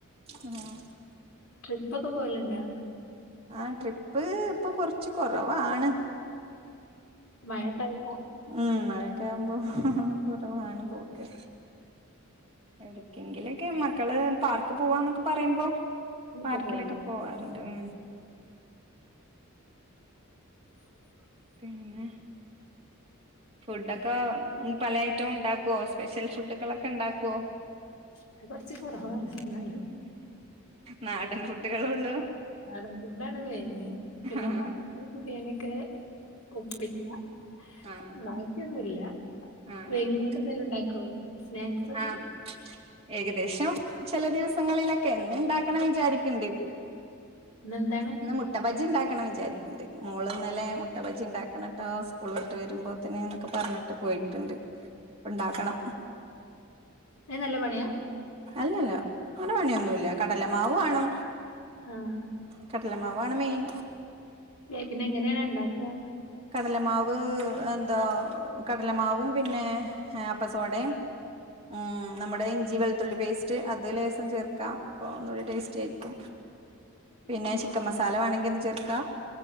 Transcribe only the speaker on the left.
ട്രിപ്പൊക്കെ പോവല്ണ്ടോ?
മഴക്കാലത്താ
ഒക്കെ
പോവൂലേ
<inaudible>
അത് കൊറച്ച് കൊറവാണ് എന്നാലും
നാടൻ ഫുഡാണ് മെയിന്, പിന്നെ
മന്തി ബിരിയാണി ഒക്കെ പിഗ്മ-
ബാക്കിയൊന്നുല്ല,
വൈകുന്നേരം
എന്തേലും ഉണ്ടാക്കോ സ്നാക്ക്സൊക്കെ?
ഇന്നെന്താണ്?
അയ്ന് നല്ല പണിയാ?
ആഹ്
എ പിന്നെ എങ്ങനെയണ് ഒണ്ടാക്യാ?
ആ